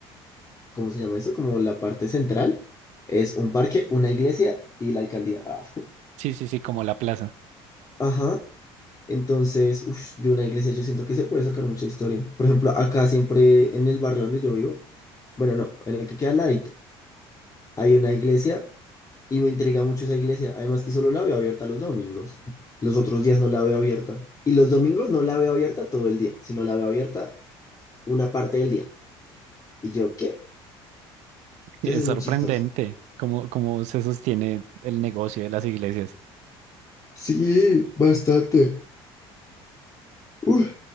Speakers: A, on the left; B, on the right.
A: ¿cómo se llama eso? Como la parte central es un parque, una iglesia y la alcaldía. Ah, <laughs>
B: Sí, sí, sí, como la plaza.
A: Ajá. Entonces, ush, de una iglesia yo siento que se puede sacar mucha historia. Por ejemplo, acá siempre en el barrio donde yo vivo, bueno, no, en el que queda al ladito, hay una iglesia Y me intriga mucho esa iglesia. Además que solo la veo abierta los domingos. Los otros días no la veo abierta. Y los domingos no la veo abierta todo el día, sino la veo abierta una parte del día. Y yo, ¿qué? Entonces
B: Es
A: es
B: sorprendente
A: muy chistoso.
B: cómo, cómo se sostiene el negocio de las iglesias.
A: Sí, bastante. Uf.